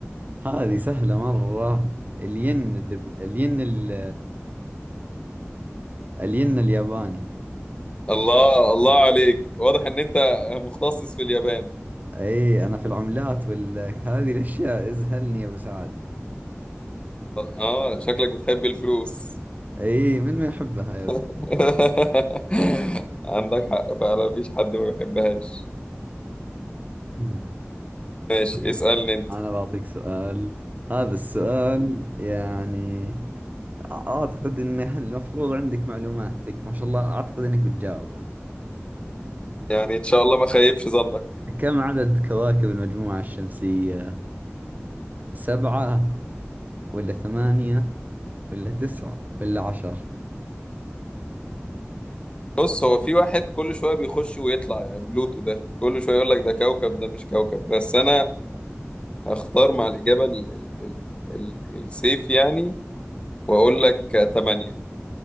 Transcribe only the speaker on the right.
هذه سهلة مرة الين اللي الين ال- الين الياباني
اي انا في العملات وال هذه الاشياء ازهلني يا ابو سعد
اي من ما يحبها يا ولد
مم.
طيب
انا بعطيك سؤال هذا السؤال يعني اعتقد انه المفروض عندك معلوماتك ما شاء الله اعتقد انك بتجاوبها
كم عدد كواكب المجموعة الشمسية سبعة ولا ثمانية ولا تسعة ولا عشر